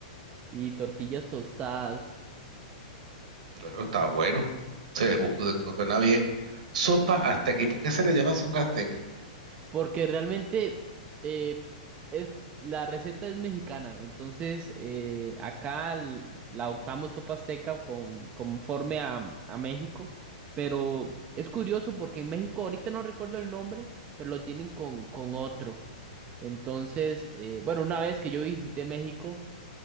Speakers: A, on the right; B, on the right.
A: y tortillas tostadas.
B: Bueno, está bueno. Se ju- se- suena bien. Sopa azteca. ¿Y por qué se le llama sopa azteca?
A: Porque realmente eh, es, la receta es mexicana, entonces eh, acá l- la adoptamos sopa seca con, conforme a, a México, pero es curioso porque en México ahorita no recuerdo el nombre, pero lo tienen con, con otro. Entonces, eh, bueno, una vez que yo visité México,